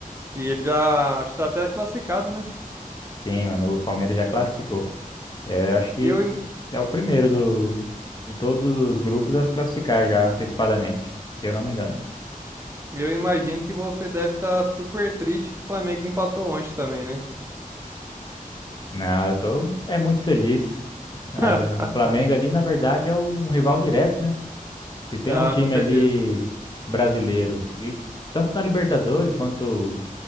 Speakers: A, on the right; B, on the left.
A: E ele já está até classificado, né?
B: Sim, mano, o Palmeiras já classificou. É, acho que
A: E eu,
B: é o primeiro do, de todos os grupos a se classificar já antecipadamente, se eu não me engano.
A: Eu imagino que você deve estar super triste que o Flamengo empatou ontem também, né?
B: Não, eu tô é muito feliz. A-
A: <laughs>
B: o Flamengo ali, na verdade, é um rival direto, né? Se tem
A: Ah,
B: um time
A: com certeza.
B: ali brasileiro, e tanto na Libertadores quanto